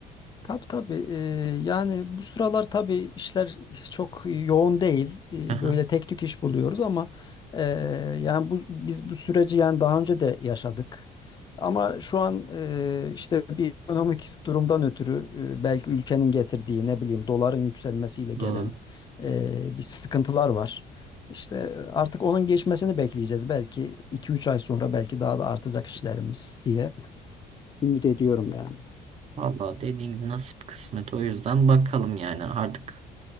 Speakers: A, on the left; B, on the right.
A: Tabii tabii. Ee, yani bu sıralar tabii işler çok yoğun değil. Ee,
B: Aha,
A: böyle tek tük iş buluyoruz ama e, yani bu biz bu süreci yani daha önce de yaşadık. Ama şu an e, işte bir ekonomik durumdan ötürü e, belki ülkenin getirdiği ne bileyim doların yükselmesiyle gelen
B: doğru.
A: e, bir sıkıntılar var. İşte artık onun geçmesini bekleyeceğiz. Belki iki üç ay sonra belki daha da artacak işlerimiz diye ümit ediyorum yani.
B: Vallahi dediğin gibi nasip kısmet. O yüzden bakalım yani artık